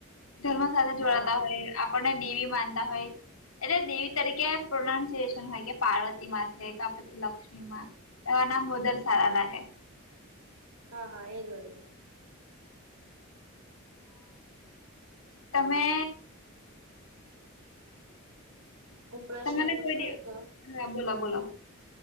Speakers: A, on the left (about 75°); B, on the right (about 85°).
A: ધર્મ સાથે જોડાતા
B: હા હા
A: હોય. આપને દેવી માનતા હોય. એટલે દેવી તરીકે પ્રોનાન્સિએશન હોય કે પાર્વતી માં છે કે પછી લક્ષ્મી માં. એવા નામ વધર સારા લાગે.
B: હા હા એ જ વારી.
A: તમે.
B: હું પ્રશ્ન
A: તમેને
B: પૂછું
A: કઈ
B: એક
A: દ હા બોલો બોલો.